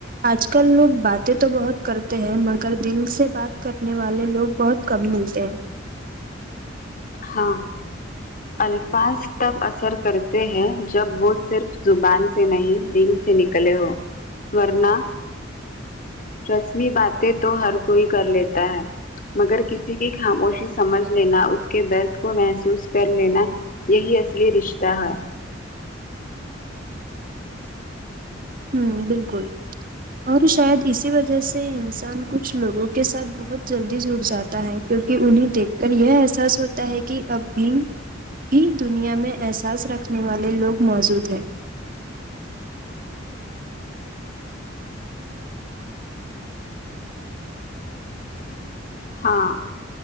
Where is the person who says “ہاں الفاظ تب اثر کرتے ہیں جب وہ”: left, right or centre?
Left